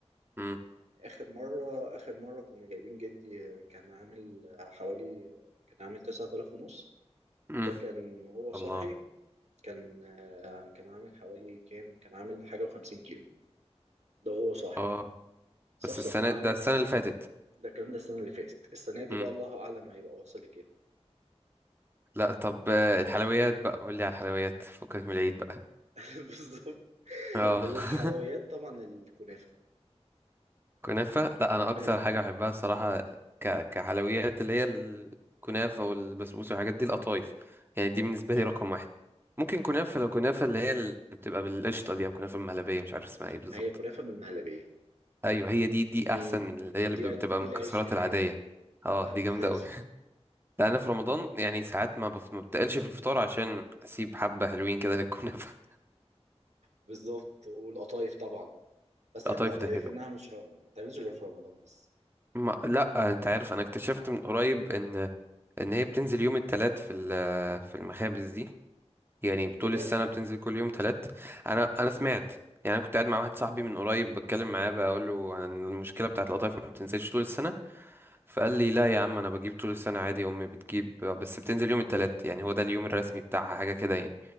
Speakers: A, on the right; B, on the right.
A: مم.
B: اخر مره اخر مره كنا جايبين جدي كان عامل حوالي كان عامل 9000 ونص
A: مم.
B: ده كان هو صاحي
A: الله
B: كان آه، كان عامل حوالي كام كان عامل حاجه و50 كيلو ده هو صاحي
A: اه
B: صفصف
A: بس السنة
B: معاه
A: ده السنة اللي فاتت
B: ده الكلام ده السنة اللي فاتت السنة دي
A: مم.
B: بقى الله أعلم هيبقى واصل لكام
A: لا طب آه، الحلويات بقى قول لي على الحلويات فكك من العيد بقى
B: <laughs> بالظبط
A: اه
B: الحلويات
A: <laughs>
B: طبعا الكنافة
A: كنافة لا انا
B: كنافة
A: اكتر حاجة بحبها الصراحة ك... كحلويات اللي هي الكنافة والبسبوسة والحاجات دي القطايف يعني دي بالنسبة
B: اه
A: لي رقم واحد ممكن كنافة لو كنافة اللي هي اللي بتبقى بالقشطة دي او كنافة مهلبية مش عارف اسمها ايه بالظبط
B: ما هي كنافة بالمهلبية
A: ايوه هي دي دي
B: دي
A: احسن من اللي هي اللي
B: دي
A: بتبقى
B: ال- دي
A: مكسرات
B: العشق
A: العادية
B: ديت
A: اه
B: لا
A: دي جامدة
B: دي العشق
A: اوي
B: دي
A: لا انا في رمضان يعني ساعات ما بف... ما بتقلش في الفطار عشان اسيب حبة حلوين كده للكنافة
B: بالظبط والقطايف طبعا بس
A: <laughs> القطايف
B: عيب القطايف
A: ده كده
B: انها مش رم... ما بتعملش غير في رمضان بس
A: ما... لا انت عارف انا اكتشفت من قريب ان ان هي بتنزل يوم التلات في ال- في المخابز دي يعني طول
B: بجد
A: السنة بتنزل كل يوم تلات أنا أنا سمعت يعني أنا كنت قاعد مع واحد صاحبي من قريب بتكلم معاه بقول له عن المشكلة بتاعت القطايف ما بتنزلش طول السنة فقال لي لا يا عم أنا بجيب طول السنة عادي أمي بتجيب بس بتنزل يوم التلات يعني هو ده اليوم الرسمي بتاعها حاجة كده يعني